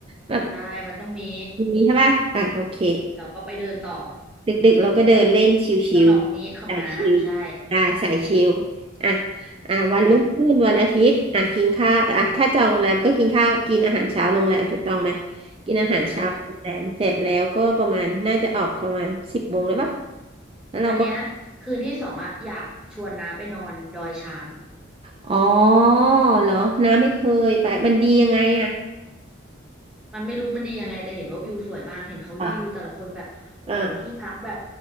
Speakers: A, on the right; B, in the centre.
A: แบบ
B: ใช่มันต้องมี
A: มีใช่ป่ะอ่ะโอเค
B: เดี๋ยวก็ไปเดินต่อ
A: ดึกๆเราก็เดินเล่นชิวๆสายชิว
B: สนองนิดของน้าใช่
A: ได้สายชิวอ่ะอ่ะวันรุ่งขึ้นวันอาทิตย์อ่ะกินข้าวอ่ะถ้าจองโรงแรมก็กินข้าวกินอาหารเช้าโรงแรมถูกต้องไหม
B: ใช่
A: กินอาหารเช้าโรงแรมเสร็จแล้วก็ประมาณน่าจะออกประมาณสิบโมงเลยปะ
B: ใช่
A: แล้วเราก็
B: อันเนี้ยคืนที่สองอะอยากชวนน้าไปนอนดอยช้าง
A: อ๋อเหรอน้าไม่เคยไปมันดียังไงอ่ะ
B: มันไม่รู้มันดียังไงแต่เห็นว่าวิวสวยมากเห็นเขารีวิวแต่ละคนแบบโอ้โหที่พักแบบ
A: อ่ะอ่า